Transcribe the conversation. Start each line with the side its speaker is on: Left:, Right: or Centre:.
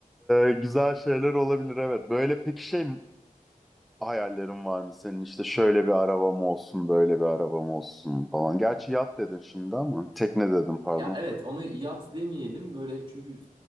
Centre: E, güzel şeyler olabilir evet. Böyle peki şey hayallerin var mı senin? İşte şöyle bir arabam olsun, böyle bir arabam olsun falan. Gerçi yat dedin şimdi ama tekne dedim pardon.
Right: Ya evet onu yat demeyelim böyle çünkü